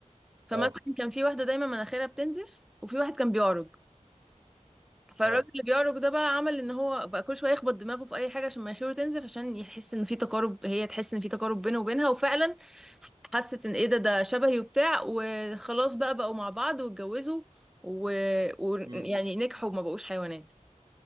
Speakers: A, in the centre; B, on the right (about 35°).
A: فمثلا
B: اه
A: كان في واحدة دايما مناخيرها بتنزف وفي واحد كان بيعرج فالراجل
B: اه
A: اللي بيعرج ده بقى عمل ان هو بقى كل شويه يخبط دماغه في اي حاجه عشان مناخيره تنزف عشان يحس ان في تقارب هي تحس ان في تقارب بينه وبينها وفعلا حست ان ايه ده ده شبهي وبتاع وخلاص بقى بقوا مع بعض واتجوزوا ويعني و... و-
B: امم
A: يعني نجحوا وما بقوش حيوانات